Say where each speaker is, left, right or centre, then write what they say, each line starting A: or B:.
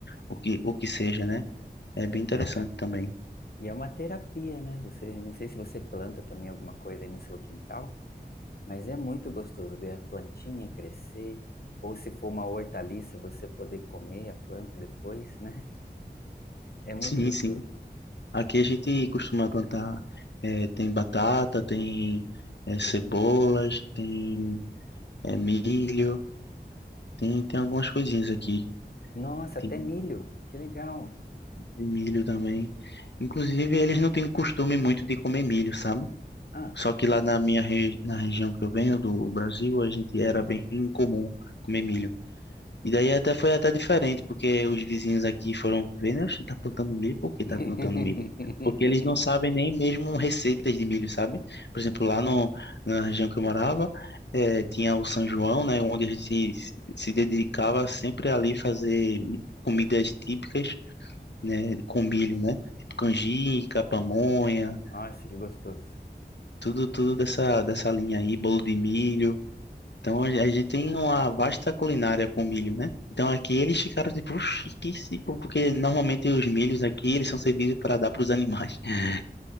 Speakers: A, on the left (about 80°); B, on the left (about 60°).
A: o que, o que seja, né? É bem interessante
B: Ah,
A: também.
B: e é uma terapia, né? Você, não sei se você planta também alguma coisa aí no seu quintal, mas é muito gostoso ver a plantinha crescer, ou se for uma hortaliça, você poder comer a planta depois, né? É muito
A: Sim,
B: gostoso.
A: sim. Aqui a gente costuma plantar, eh, tem batata, tem, eh, cebolas, tem, eh, milho, tem, tem algumas coisinhas aqui.
B: Nossa,
A: Tem,
B: até milho. Que legal.
A: tem milho também. Inclusive, eles não têm costume muito de comer milho, sabe?
B: Ah.
A: Só que lá na minha re- na região que eu venho do Brasil, a gente era bem comum comer milho. E daí até foi até diferente, porque os vizinhos aqui foram vendo, oxe, tá plantando milho, por que tá
B: <laughs>
A: plantando milho? Porque eles não sabem nem mesmo receitas de milho, sabe? Por exemplo, lá no, na região que eu morava, eh, tinha o São João, né, onde a gente se, se dedicava sempre ali fazer comidas típicas, né, com milho, né? Tipo canjica, pamonha,
B: Nossa, que gostoso.
A: tudo, tudo dessa, dessa linha aí, bolo de milho. Então a a gente tem uma vasta culinária com milho, né? Então aqui eles ficaram
B: É.
A: tipo, "Oxi, que se... porque normalmente os milhos aqui eles são servidos para dar para os animais. <laughs>